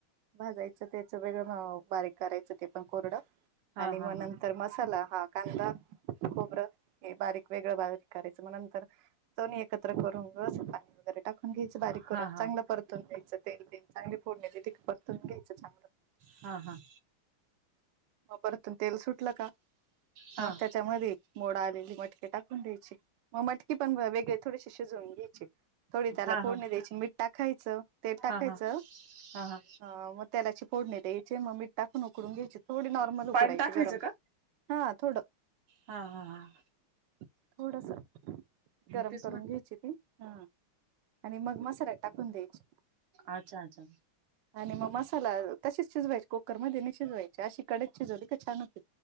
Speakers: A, on the right; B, on the right.
A: भाजायचं तेन सगळे जण बारीक करायचं ते पण कोरडं
B: हा
A: आणि मग
B: हा हा
A: नंतर मसाला हा कांदा खोबरं हे बारीक वेगळं बारीक करायचं म नंतर दोन्ही एकत्र करून गस पाणी वगैरे टाकून घ्यायच्या बारीक करून
B: हा हा हा
A: चांगलं परतून घ्यायचं तेल बिन चांगली फोडणी दे तिक परतून घ्यायचं चांगलं.
B: हां हां.
A: म परतून तेल सुटलं का
B: हा
A: मग
B: हा
A: त्याच्यामध्ये मोडा आलेली मटके टाकून द्यायची. म मटकी पण व वेगळे थोडीशी शिजवून घ्यायची. थोडी त्याला
B: हा
A: फोडणी द्यायची, मीठ टाकायचं, तेल टाकायचं
B: हा हा हा
A: अ म तेलाची फोडणी द्यायची म मीठ टाकून उकडून घ्यायची थोडी नॉर्मल उकडायची
B: पाणी टाकायचं
A: गरम हा थोडं
B: हां हां हां.
A: थोडसा गरम
B: तेच
A: करून
B: म्हण
A: घ्यायची ती. हां.. आणि मग मसाल्यात टाकून द्यायची.
B: अच्छा अच्छा.
A: आणि मग मसाला तसेच शिजवायचे कुकर मध्ये, नाही शिजवायचे. अशी कडईत शिजवली का छान होते.